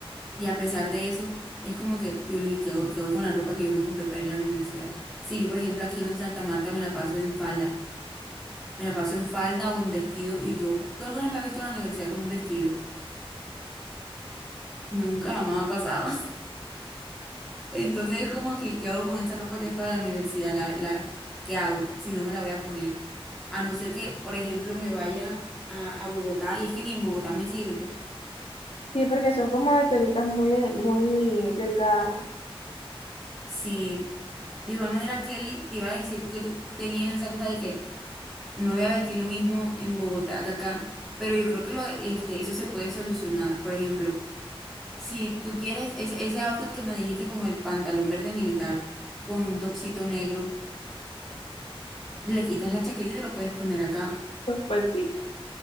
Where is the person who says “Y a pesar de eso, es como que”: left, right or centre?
Centre